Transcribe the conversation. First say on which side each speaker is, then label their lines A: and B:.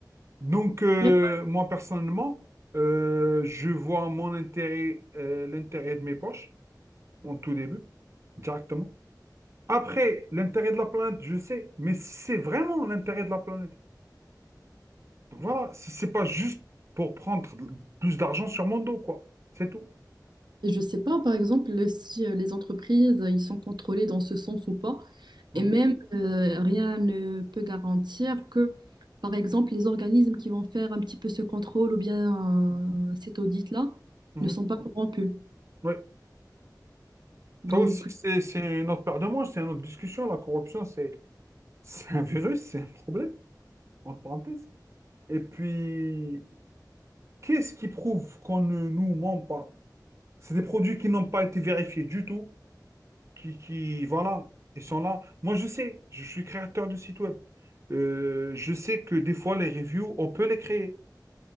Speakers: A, on the right; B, on the right.
A: Donc, euh,
B: Même
A: moi, personnellement, euh, je vois mon intérêt, euh, l'intérêt de mes poches, en tout début, directement. Après, l'intérêt de la planète, je sais, mais si c'est vraiment l'intérêt de la planète, donc voilà, si c'est pas juste pour prendre plus d'argent sur mon dos, quoi. C'est tout.
B: Et Je sais pas, par exemple, si euh, les entreprises, euh, ils sont contrôlés dans ce sens ou pas.
A: Mhm.
B: Et même, euh, rien ne peut garantir que, par exemple, les organismes qui vont faire un petit peu ce contrôle ou bien euh, cet audit-là
A: Mhm.
B: ne sont pas corrompus.
A: Oui.
B: Donc,
A: Ça aussi, c'est c'est une autre paire de manches, c'est une autre discussion. La corruption, c'est <laughs> c'est un virus, c'est un problème, entre parenthèses. Et puis, qu'est-ce qui prouve qu'on ne nous ment pas? C'est des produits qui n'ont pas été vérifiés du tout, qui, qui, voilà, ils sont là. Moi, je sais, je suis créateur de site web. Euh, je sais que des fois, les reviews, on peut les créer.